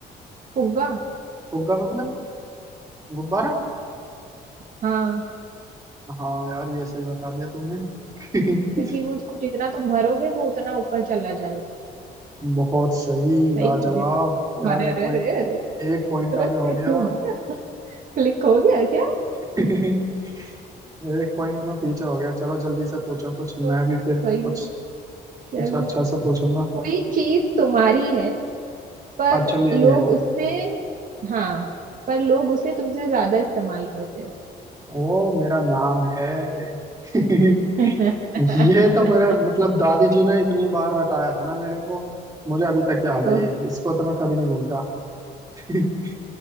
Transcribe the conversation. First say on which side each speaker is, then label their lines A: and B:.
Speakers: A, on the right; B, on the right.
A: फुग्गा
B: फुग्गा मतलब गुब्बारा
A: हाँ
B: हाँ यार ये सही बता दिया तुमने <laughs>
A: क्योंकि वो उसको जितना तुम भरोगे वो उतना ऊपर चला जाएगा
B: बहुत सही लाजवाब
A: सही बोल दिया ना
B: यार
A: अरे
B: एक
A: अरे
B: पॉइंट
A: अरे अरे
B: एक पॉइंट
A: अरे
B: आगे
A: मेरे
B: हो गया
A: हो गया क्लिक हो गया क्या
B: <laughs> एक पॉइंट में पीछे हो गया चलो जल्दी से पूछो कुछ मैं
A: हाँ,
B: भी फिर
A: कोई
B: कुछ
A: नहीं चलो
B: कुछ अच्छा सा पूछूंगा
A: कोई चीज तुम्हारी है पर
B: अच्छा मेरी
A: लोग
B: है वो
A: उससे हाँ पर लोग उसे तुमसे ज्यादा इस्तेमाल करते हैं
B: ओ मेरा नाम है <laughs>
A: <laughs>
B: ये तो मेरे मतलब दादी जी ने इतनी बार रटाया था ना मेरे को मुझे अभी तक याद है
A: ओह
B: ये इसको तो मैं कभी नहीं भूलता <laughs>